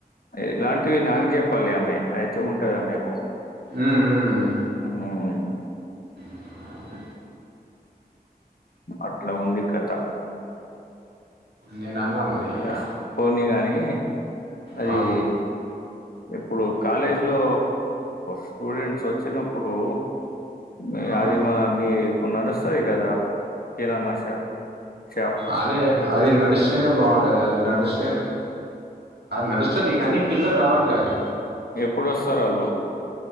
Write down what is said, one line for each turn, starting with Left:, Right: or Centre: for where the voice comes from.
Left: ఇలాంటివి నాకు చెప్పాలి ఆమె అయితే ఉంటదు ఆమెకు
Right: హ్మ్ హ్మ్మ్
Left: ఔన్
Right: అ
Left: అట్లా ఉంది కథ
Right: నేను అన్నా మరి
Left: అహ్
Right: ఆ,
Left: పోనీగా <unintelligible> అది
Right: ఆ,
Left: ఇప్పుడు కాలేజ్ లో స్టూడెంట్స్ వచ్చినప్పుడు మ్
Right: ఆ.
Left: అది వాడ్ నీవ్ ఇప్పుడు నడుస్సది కదా కిరాణ షా షాప్
Right: అదే అది నడుస్తూనే బాగుంటది అది నడుస్ నడుస్తది ఈ కానీ పిల్లలు రావట్లే అవి
Left: పోరొస్తరువల్లు